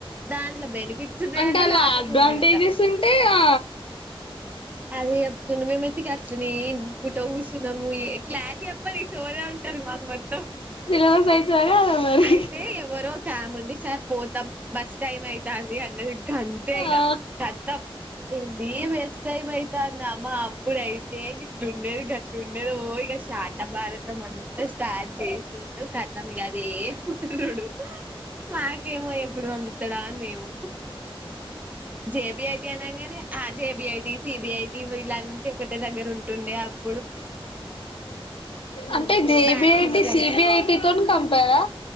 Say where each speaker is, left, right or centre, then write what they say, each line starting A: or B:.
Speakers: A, on the right (about 15°); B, on the left (about 70°).
A: దాంట్ల బెనిఫిట్స్ ఉన్నాయ
B: అంటే
A: అట
B: అలా
A: లాసెస్
B: అడ్వాంటేజెస్
A: ఉన్నాయట
B: ఉంటే ఆ
A: అదే చెప్తుండు మేం అయితే గట్లనే ఇన్ కుంట కూసున్నాము క్లాస్ చెప్పడు ఇ సోదే ఉంటది మాకు మొత్తం
B: సిలబస్ అయితదా కాదా మరి
A: అయితే ఎవరో ఒకముండి సార్ పోతాం బస్ టైమ్ అయితంది అన్నది గంతే ఇగ
B: ఆ
A: కతం ఏంది బస్ట్ టైం అయితంద మ అప్పుడైతే ట్లుండేది గట్లుండేది ఓ ఇగ శాటభారతం అంతా స్టార్ట్ చేసిండు కత్ తం ఇగ అదే కుటుండు మాకేమో ఎప్పుడు పంపిత్తడా అని మేము జేబి ఐటి అనంగానే ఆ జేబిఐటి సిబిఐటి వీళ్లంతా ఒకటే దగ్గర ఉంటుండే అప్
B: అంటే జైబిఐటి
A: బ్యాంక్ ఎగ్జామ్స్
B: సిబిఐటి తోని కంప్ పైర